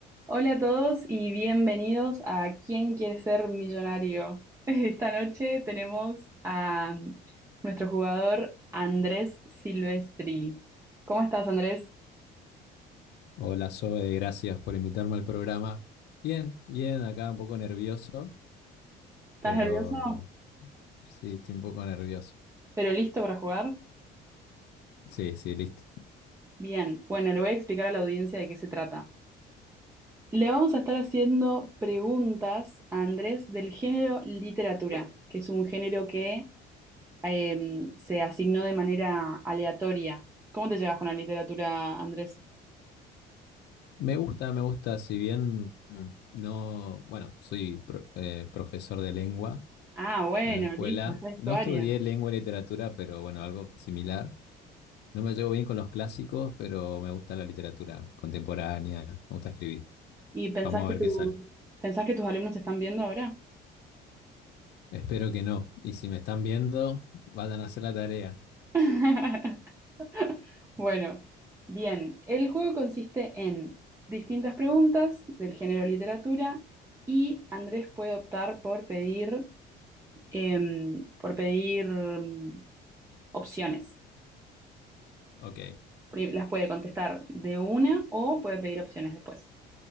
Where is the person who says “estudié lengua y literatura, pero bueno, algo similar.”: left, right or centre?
Left